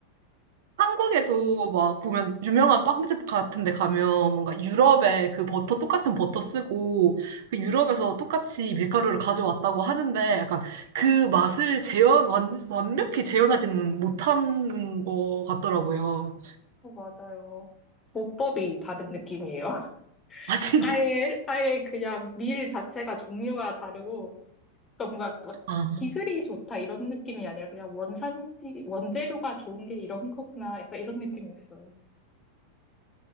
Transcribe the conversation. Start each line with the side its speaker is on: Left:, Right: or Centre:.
Right: 한국에도 막 보면 유명한 빵집 같은 데 가면 뭔가 유럽의 그 버터 똑같은 버터 쓰고 그 유럽에서 똑같이 밀가루를 가져왔다고 하는데 약간 그 맛을 재현 완, 완벽히 재현하지는 못한 것 같더라고요.
Left: 어, 맞아요. 보법이 다른 느낌이에요. <laughs>
Right: <laughs> 아 진짜.
Left: 아예, 아예 그냥 밀 자체가 종류가 다르고 그러니까 뭔가 막
Right: 아,
Left: 기술이 좋다 이런 느낌이 아니라 그냥 원산지, 원재료가 좋은 게 이런 거구나. 약간 이런 느낌이었어요.